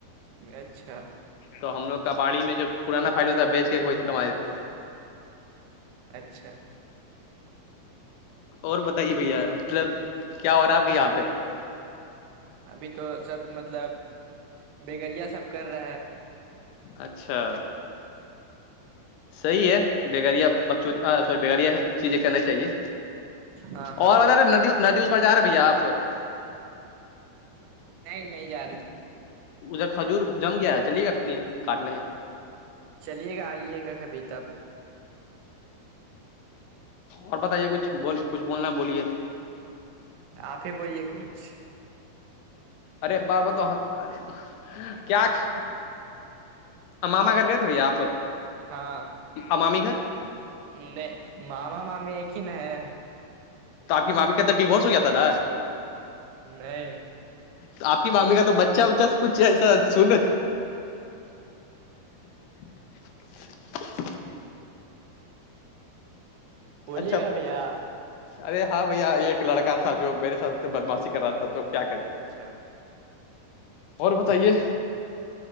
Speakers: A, on the right; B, on the left.
A: اچھا
B: تو ہم لوگ کا باڑی میں جو پرانا فائل ہوتا ہے بیچ کے پیسہ کما دیتےے
A: اچھا
B: اور بتائیے بھیا مطلب کیا ہو رہا ہے آپ کے یہاں پہ
A: ابھی تو سب مطلب بیگڑیا سب کر رہا ہے
B: اچھا صحیح ہے بیگاریا بخشود سوری بیگڑیا چیزیں کرنا چاہیے
A: ہاں ہاں
B: اور بتا رہے ندی ندی اس پر جا رہے ہیں بھیا آپ ا پر <inaudible>
A: نہیں نہیں جا رہے ہیں
B: ادھر کھجور جم گیا ہے چلیے گ کاٹنے
A: چلیے گا آئیے گا کبھی تب
B: اور بتائیے کچھ بول کچھ بولنا بولیے <unintelligible>
A: آپ ہی بوولے کچھ
B: ارے بار ب تو ارے کیا <unintelligible> اماما گھر گئے تھے بھیا آپ
A: ہاںام <unintelligible>
B: امامی گھر
A: نہیں معما مامی ایک ہی نہیں ہے
B: تو آ کی مامی کا تو ڈیوورس ہواتا نا
A: نہیں
B: تو آپ کی مامی کا تو بچہ اچا کچھ ایسا سن <unintelligible>
A: بولیے
B: اچھا
A: گا بھیا
B: ارے ہاں بھیا یہ ایک لڑکا تھا جو میرے سات بدمشی کر رہا تھا تو کیا کرے
A: اچھا
B: اور بتائیے